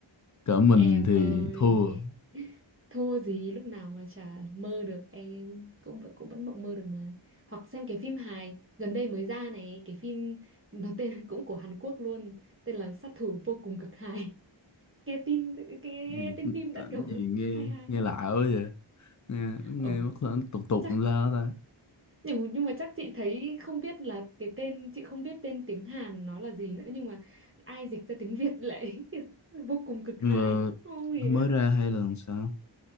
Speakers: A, on the left; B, on the right.
A: cỡ mình
B: em
A: thì
B: ơi
A: thua
B: <laughs> thua gì lúc nào mà chả mơ được em cũng vẫn cũng vẫn mộng mơ được mà hoặc xem cái phim hài gần đây mới ra này cái phim nó tên <laughs> cũng của Hàn Quốc luôn tên là Sát thủ vô cùng cực hài <laughs> nghe tin cái, cái,
A: gì
B: tên phim đã
A: tỉnh
B: kiểu
A: gì nghe
B: <laughs> hay hay
A: nghe lạ quá vậy nghe nghe
B: Ừ,
A: mất là tục tục
B: chắc
A: làm sao ta
B: nhưng nhưng mà chắc chị thấy không biết là cái tên chị không biết tên tiếng Hàn nó là gì nữa nhưng mà ai dịch ra tiếng Việt lại <laughs> vô cùng cực
A: nhưng
B: hài
A: mà
B: không hiểu
A: nó mới ra hay là làm sao